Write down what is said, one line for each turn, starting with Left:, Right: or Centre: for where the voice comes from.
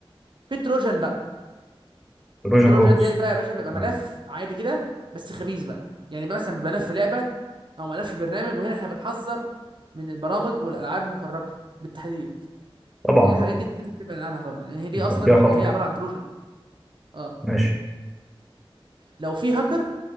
Right: في تروجان بقى
Centre: تروجان
Right: التروجان
Centre: هورس
Right: ديت بقى يا باشا بيبقى
Centre: تمام
Right: ملف عادي كده بس خبيث بقى يعني بقى مثلا بيبقى ملف لعبه او ملف برنامج وهنا احنا بنحذر من البرامج والالعاب المكركه بالتحديد
Centre: طبعا
Right: الحاجات
Centre: اه
Right: دي لازم تبعد عنها طبعا لان يعني هي دي
Centre: يكون
Right: اصلا
Centre: فيها
Right: بتبقى
Centre: خطر
Right: هي عباره عن تروجان أصلاً. اه
Centre: ماشي
Right: لو في هاكر